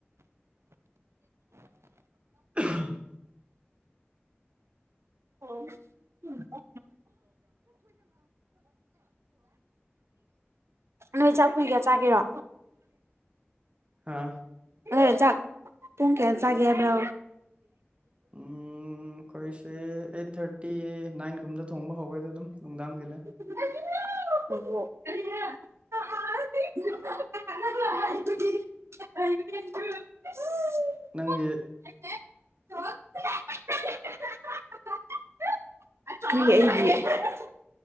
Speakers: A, on the right; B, on the right.
A: <unintelligible>
B: ꯑꯣ <inaudible> ꯅꯣꯏ ꯆꯥꯛꯄꯣꯡ ꯀꯌꯥ ꯆꯥꯈꯤꯔꯣ
A: ꯍꯥꯥ
B: ꯑꯗꯨ ꯆꯥꯛ ꯄꯨꯡ ꯀꯌꯥ ꯆꯥꯒꯦ ꯍꯥꯏꯕ꯭ꯔꯣ
A: ꯎꯝ ꯀꯣꯏꯁ ꯑꯩꯠ ꯊꯥꯔꯇꯤ ꯅꯥꯏꯟ ꯀꯨꯝꯗ ꯊꯣꯡꯕ ꯍꯧꯒꯦꯗꯤ ꯑꯗꯨꯝ ꯅꯨꯡꯗꯥꯡꯒꯤꯗ
B: ꯑꯣ <unintelligible>
A: ꯅꯪꯒꯤ
B: <inaudible> <unintelligible>